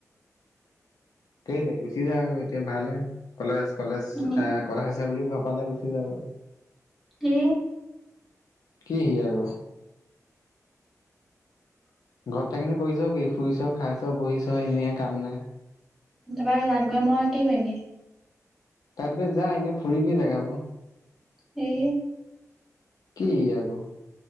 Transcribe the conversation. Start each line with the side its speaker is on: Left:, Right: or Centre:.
Left: কেইলে গুচি যা আকৌ এতিয়া ভাল হে কলেজ কলেজ
Centre: উম,
Left: এ কথা আছে বুলি ঘৰৰ পৰা ওলাই গুচি যা।
Centre: কি?
Left: কি হি আক? ঘৰত থাকি নু কৰিছ কি শুইছ খাইছ বহিছ এনেই কাম নাই।
Centre: তাৰ পৰা আৰু তাত গৈ মই কি কৰিম গে?
Left: তাত গৈ যা, এনেই ফুৰিবি জেগাবোৰ।
Centre: হি
Left: কি হি আক?